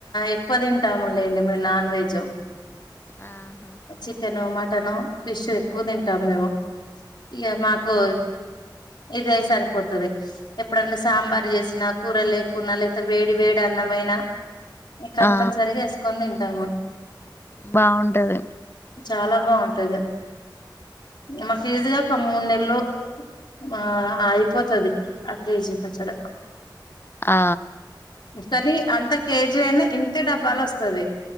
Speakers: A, on the left; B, on the left.
A: ఎక్కువ తింటాము లేండి మీ నాన్ వెజ్
B: ఆహా
A: చికెను మ టను ఫిష్ ఎక్కువ తింటాం మేము ఇక మాకు ఇద సరిపోతుది ఎప్పుడైన్నా సాంబార్
B: హ్మ్.
A: చేసినా కూర లేకున్నా లేపోతే వేడి వేడి అన్నమైన ఈ కంపెనీ
B: ఆ
A: సరిగా వేసుకొని తింటాము
B: బాగుంటది
A: చాలా బాగుంటాయి మాకు ఈజీగా ఒక మూడు నెలలు ఆ అయిపోతుది ఆ కేజీ పచ్చడ
B: ఆ
A: కానీ అంత కేజీ అయినా ఇంతే డబ్బాలు వస్తది